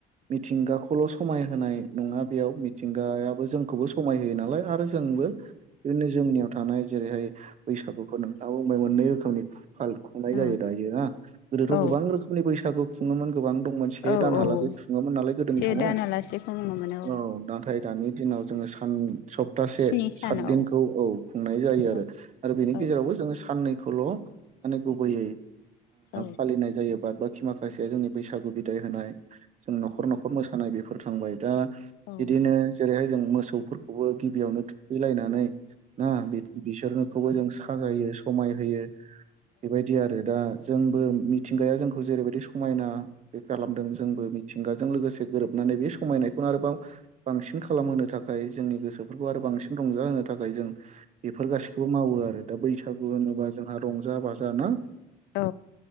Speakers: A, on the right; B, on the left.
A: मिथिंगाखौल' समाय होनाय नङा बेयाव मिथिंगायाबो जोंखौबो समाय होयो नालाय आरो जोंबो बिदिनो जोंनियाव थानाय जेरैहाय बैसागुखौ नोंथाङ बुंबाय मोननै रोखोमनि फाल खुंनाय
B: औ
A: जायो दायो हा गोदोथ'
B: औ
A: गोबां रोखोमनि बैसागु खुङोमोन। गोबां दं सेदानहालागै
B: औ औ
A: खुङोमोन नालाय गोदोनि
B: से
A: समाव
B: दानालासे खुंनो मोनो
A: औ नाथाय दानि दिनाव जोङो सान सप्तासे
B: स्नि सानाव
A: साथदिनखौ औ खुंनाय जायो
B: औ
A: आरो बेनि
B: औ
A: गेजेराव जों साननै खौल' माने गुबैयै
B: औ
A: फालिनाय जायोबा बाखि माखासे जोंनि बैसागु बिदाय होनाय जों न'खर न'खर मोसानाय बेफोर थांबाय दा
B: औ
A: बिदिनो जेरैहाय जों मोसौफोरखौबो गिबियावनो थुखैलायनानै ना बिसोरनोखौबो जों साजायो समाय होयो बेबायदि आरो दा जोंबो मिथिंगाया जों खौ जेरैबायदि समायना बे खालामदों जोंबो मिथिंगाजों लोगोसे गोरोबनानै बे समायनायखौनो आरोबाव बांसिन खालामहोनो थाखाय जोंनि गोसोफोरखौ आरो बांसिन रंजाहोनो थाखाय जों बेफोर गासिखौबो मावो आरो दा बैसागु होनोबा जोंहा रंजा बाजा जा ना
B: औ